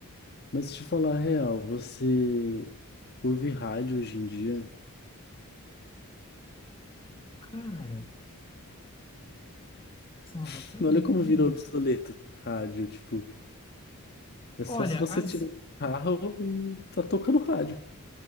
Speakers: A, on the left (about 45°); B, on the left (about 25°).
A: mas te falar a real, você ouve rádio hoje em dia?
B: Cara, Essa é uma
A: <laughs>
B: boa pergunta,
A: Olha como
B: hein?
A: virou obsoleto rádio, tipo, é só
B: Olha,
A: se você
B: as...
A: tiver carro e tá tocando rádio.